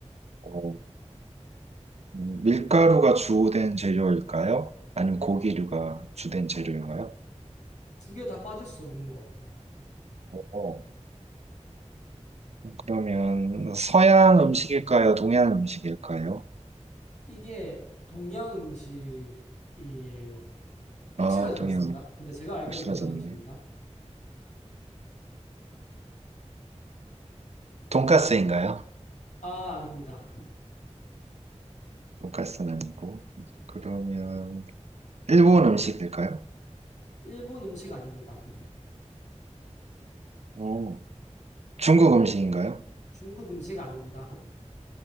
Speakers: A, on the right; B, on the left.
A: 어, 음, 밀가루가 주된 재료일까요? 아니면 고기류가 주된 재료인가요?
B: 두 개 다 빠질 수 없는 것 같아요.
A: 어, 그러면 서양 음식일까요? 동양 음식일까요?
B: 이게 동양 음식이에요. 확실하진
A: 아, 동양
B: 않습니다. 근데 제가 알기로는
A: 확실하졌네요.
B: 동양 음식입니다.
A: 돈까스인가요?
B: 아, 아닙니다.
A: 돈까스는 아니고. 그러면 일본 음식일까요?
B: 일본 음식 아닙니다.
A: 어, 중국 음식인가요?
B: 중국 음식 아닙니다.